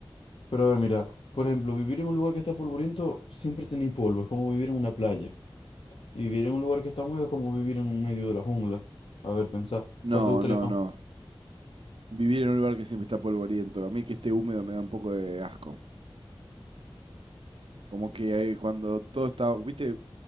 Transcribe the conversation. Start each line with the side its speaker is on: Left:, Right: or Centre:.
Left: Pero a ver, mira, por ejemplo, vivir en un lugar que está polvoriento siempre tenéis polvo, es como vivir en una playa. Y vivir en un lugar que está húmedo es como vivir en un medio de la jungla. A ver, pensá,
Right: No,
Left: ¿cuál te gustaría
Right: no,
Left: más?
Right: no. Vivir en un lugar que siempre está polvoriento. A mí que esté húmedo me da un poco de asco. Como que eh, cuando todo está, viste,